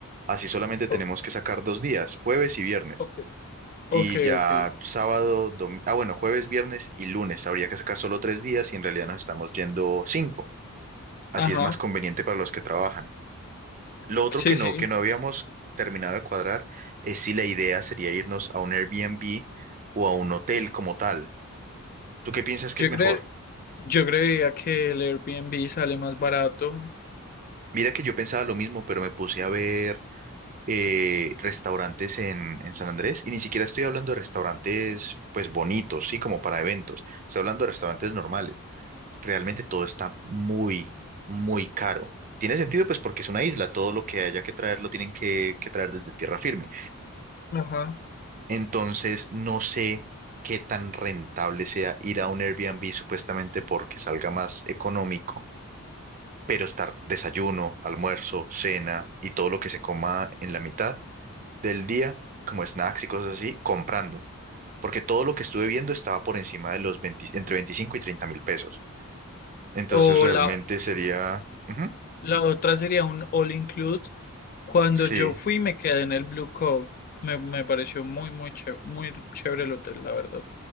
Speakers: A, on the right (about 35°); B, on the left (about 40°).
A: Así solamente tenemos
B: O-
A: que sacar dos días, jueves y viernes.
B: ok,
A: Y
B: ok,
A: ya
B: ok.
A: sábado, dom- ah, bueno, jueves, viernes y lunes. Habría que sacar solo tres días y en realidad nos estamos yendo cinco. Así
B: Ajá,
A: es más conveniente para los que trabajan. Lo otro
B: sí,
A: que no,
B: sí.
A: que no habíamos terminado de cuadrar es si la idea sería irnos a un Airbnb o a un hotel como tal. ¿Tú qué piensas que
B: Yo
A: es mejor?
B: cre, yo creía que el Airbnb sale más barato.
A: Mira que yo pensaba lo mismo, pero me puse a ver eh, restaurantes en, en San Andrés y ni siquiera estoy hablando de restaurantes pues bonitos, sí, como para eventos. Estoy hablando de restaurantes normales. Realmente todo está muy, muy caro. Tiene sentido pues porque es una isla, todo lo que haya que traer lo tienen que que traer desde tierra firme.
B: Ajá.
A: Entonces, no sé qué tan rentable sea ir a un Airbnb supuestamente porque salga más económico, pero estar desayuno, almuerzo, cena y todo lo que se coma en la mitad del día, como snacks y cosas así, comprando. Porque todo lo que estuve viendo estaba por encima de los 20 entre 25 y 30 mil pesos. Entonces,
B: O
A: realmente
B: la,
A: sería... ujú,
B: la otra sería un all include. Cuando
A: sí.
B: yo fui me quedé en el Blue Cove. Me, me pareció muy, muy chévere, muy chévere el hotel, la verdad.